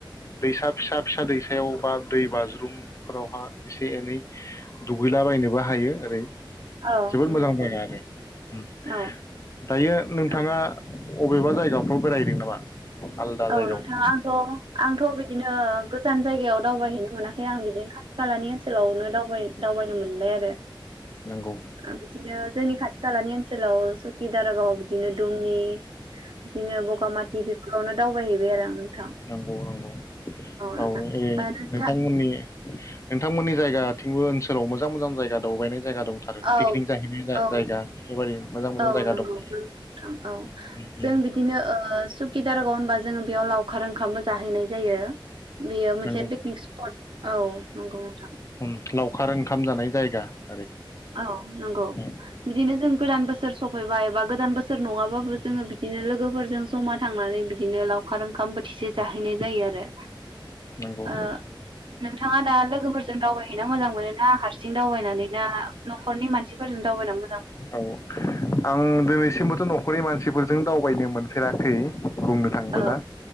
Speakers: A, on the left; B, on the right.
A: दैसा फिसा फिसा दैसायाव बा दै बाज्रुमफोरावहा एसे एनै दुगैलाबायनोबो हायो। ओरै जोबोद
B: औ
A: मोजां
B: नंगौ
A: जायगा
B: नोंथां
A: आरो उम।
B: औ
A: दायो नोंथाङा
B: ओ,
A: अबेबा जायगाफ्राव बेरायहैदों नामा। आलदा जायगायाव
B: औ नोंथां आंथ' आंथ बिदिनो गोजान जायगायाव दावबायहैनो मोनाखै आं बिदिनो खा खालानि ओनसोलावनो दावबाय दावबायनो मोनबाय आरो
A: नंगौ
B: ओ बिदिनो जोंनि खाथि खालानि ओन ओनसोलाव सुखि दारागाव बिदिनो दुमनि बिदिनो बगामाथि बेफोरावनो दावबाहैबाय आरो नोंथां आं
A: नगौ नंगौ
B: नोंथां
A: औ ए
B: ओ नोंथां
A: नोंथांमोननि नोंथांमोननि जायगा थिंबो ओनसोलाव मोजां मोजां जायगा दावबायनाय जायगा दंथारो
B: औ
A: पिकनिक जाहैनाय
B: औ
A: जायगा बेफोरबायदि मोजां मोजां
B: औ
A: जायगा
B: नंगौ
A: दं आरो
B: नोंथां औ
A: उम उम
B: जों बिदिनो ओ सुकि दारगाव होनबा जोङो बेयाव लावखार ओंखामबो जाहैनाय जायो। बेयो मोनसे
A: नंगौ
B: पिकनिक स्पट औ नंगौ नोंथां।
A: उम लावखार ओंखाम <unintelligible>
B: औ नंगौ
A: औ
B: बिदिनो जों गोदान बोसोर सफैबा एबा गोदान बोसोर नङाबाबो जोङो बिदिनो लोगोफोरजों जमा थांनानै बिदिनो लावखार ओंखाम बोथिसे जाहैनाय जायो आरो।
A: नंगौ
B: ओ नोंथाङा दा लोगोफोरजों दावबायहैना मोजां मोनोना हारसिं दावबायनानै। न'खरनि मानसिफोरजों दावबायना मोजां मोनो?
A: औ आं दिनैसिमबोथ न'खरनि मानसिफोरजों दावबायनो मोनफेराखै। बुंनो थांबोला
B: औ